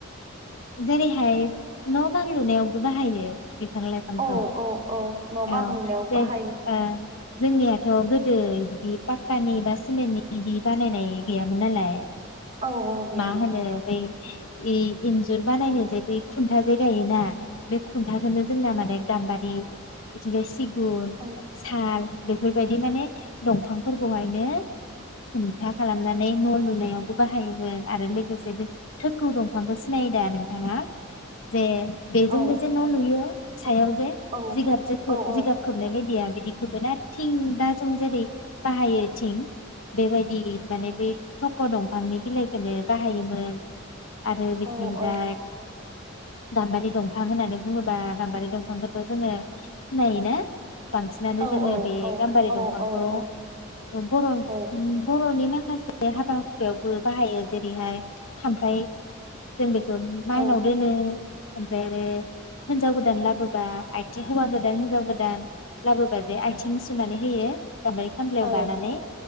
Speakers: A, on the left; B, on the right.
A: जेरैहाय न' बां लुनायावबो बाहायो बिफां लाइफांखौ
B: औ औ औ न' बां
A: औ
B: आं लुनायाव
A: जे
B: बाहायो
A: ओ जोंनियाथ' गोदो बिदि पाक्कानि बा सिमेन्टनि बिदि बानायनाय गैयामोन नालाय
B: औ औ गैयामोन
A: मा होनो बै ए एन्जु जुर बानायनो जे बै खुन्था जे गायोना बे खुन्थाखौनो जोंना माने गाम्बारि सिगुन
B: औ
A: साल बे फोरबायदि माने दंफांफोरखौहायनो हुंथा खालामनानै न' लुनायावबो बाहायोमोन आरो लोगोसे बे थखौ दंफांखौ सिन नायो दा नोंथाङा जे बेजोंनो
B: औ
A: जे न' लुयो सायाव जे
B: औ
A: जिगाब
B: औ
A: जिगाब खोबनाय बायदिया बिदि खोबोना थिं दा जों जेरै बाहायो थिं बेबायदि माने बेै थख' दंफांनि बिलाइखौनो बाहायोमोन आरो
B: औ
A: थिंजाय
B: औ
A: गाम्बारि दंफां होननानै बुङोबा गाम्बारि दंफांखौथ' जोङो सिनायोना? बांसिनानो
B: औ
A: जोङो बे
B: औ
A: गाम्बारि
B: औ
A: दंफांखौ
B: औ औ
A: बर'
B: औ
A: बर'नि मा माखासे हाबा हुखायावबो बाहायो जेरैहाय खामफ्राइ जों बेखौ माइनाव
B: औ
A: दोनो ओमफ्राय आरो हिनजाव गोदान लाबोबा आथिं हौवा गोदान हिनजाव गोदान लाबोबा जे आथिं सुनानै होयो गामबारि खामफ्लायाव
B: औ
A: लानानै